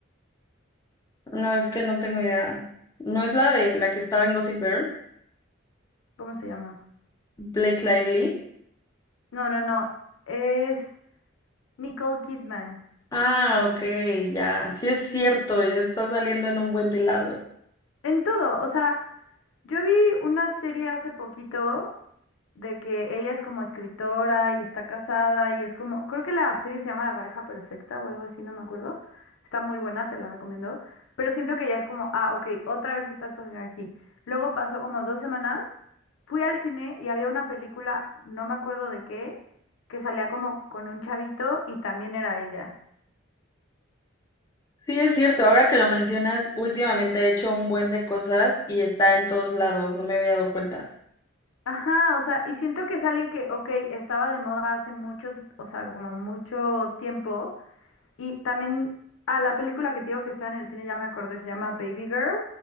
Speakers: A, on the left (about 20°); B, on the left (about 85°).
A: No, es que no tengo idea. ¿No es la de la que estaba en Gossip Girl?
B: ¿Cómo se llama?
A: Blake Lively.
B: No, no, no. Es Nicole Kidman.
A: Ah, ok, ya. Sí es cierto, ya está saliendo en un buen de lado.
B: En todo, o sea, Yo vi una serie hace poquito de que ella es como escritora y está casada y es como, creo que la serie se llama La pareja perfecta o algo así, no me acuerdo. Está muy buena, te la recomiendo. Pero siento que ya es como, ah, ok, otra vez está esta señora aquí. Luego pasó como dos semanas, fui al cine y había una película, no me acuerdo de qué, que salía como con un chavito y también era ella.
A: Sí es cierto, ahora que lo mencionas, últimamente ha hecho un buen de cosas y está en todos lados, no me había dado cuenta.
B: Ajá, o sea, y siento que es alguien que, ok, estaba de moda hace muchos, o sea, como mucho tiempo, Y también, ah, la película que te digo que está en el cine, ya me acordé, se llama Baby Girl.